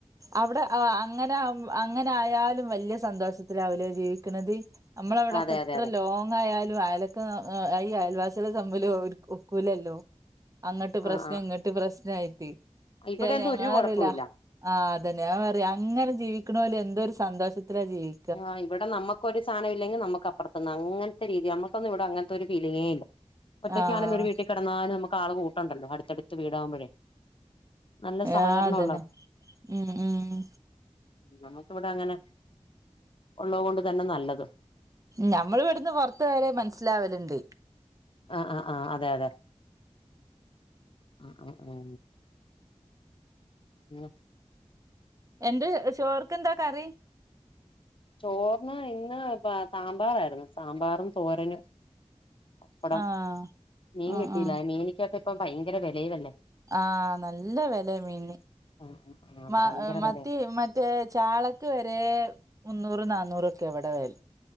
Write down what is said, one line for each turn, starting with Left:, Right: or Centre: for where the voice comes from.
Right: അവിടെ അങ്ങനെ അങ്ങനെ ആയാലും വല്യയ സന്തോഷത്തി അവുലെ ജീവിക്കണത് നമ്മള അവിടൊക്കെ
Left: അതെ
Right: ഇത്ര
Left: അതെ അതെ
Right: ല്ലോ ങ്ങായാലും അയലൊക്കെ ഈ അയൽവാസികളെ തമ്മിൽ ഒക്കൂലല്ലോ അങ്ങട്ട് പ്രശ്നം
Left: ആ ആ
Right: ഇങ്ങട്ട് പ്രശ്നയിട്ട്
Left: ഇവിടെയൊന്നും
Right: ഷെ അഹ് ഞങ്ങളറില്ല
Left: ഒരു കുഴപ്പമില്ല
Right: ആഹ് അതന്നെ ഞാൻ പറയാ അങ്ങനെ ജീവിക്കണോലെ എന്തോരു സന്തോഷത്തിലാ ജീവി
Left: ആഹ് ഇവിടെ നമക്കൊ ഒരു സാധനമല്ലെങ്കിൽ നമുക്കപ്പറത്ത്ന്ന് അങ്ങനത്തെ രീതി നമുക്കൊന്നും ഇവിടെ അങ്ങനത്തെ ഒരു ഫീലിങ്ങേ ല്ല ഒറ്റക്കാണെലും
Right: ആഹ്
Left: ഒരു വീട്ടി കെടന്നാലും നമുക്ക് ആള് കൂട്ടുണ്ടല്ലോ അടുത്തടുത്ത് വീടാകുമ്പോഴേ നല്ല സഹകരണം
Right: ആ അതന്നെ ഉം ഉം
Left: ഞമക്ക് ഇവിടെ അങ്ങനെ ഉള്ളകൊണ്ട് തന്നെ നല്ലത്
Right: ഞമ്മൾ ഇവിടുന്ന് പുറത്ത വരെ മനസ്സിലാവലുണ്ട്
Left: ആ ആഹ് ആഹ് അതെ അതെ ആ ആ മ്മ്
Right: എന്ത് ചോറിക്ക് എന്താ കറി
Left: ചോർന്ന് ഇന്ന് പ്പ സാമ്പാറായിരുന്നു സാമ്പാറും തോരനും പപ്പടം
Right: ആഹ്
Left: മീൻ
Right: ആഹ്
Left: കിട്ടില്ല
Right: ആഹ്
Left: മീനിക്കൊക്കെ ഇപ്പ ഭയങ്കര വിലയിലല്ലേ
Right: ആഹ നല്ല വെല മീന്
Left: ആ ആ അതെ
Right: മ
Left: ഭയങ്കര
Right: മത്തി
Left: വിലയാ
Right: മ ചാളക്ക് വരെ മുന്നൂറ് നന്നൂറ് ഒക്കെ ഇവിടെ വെരണ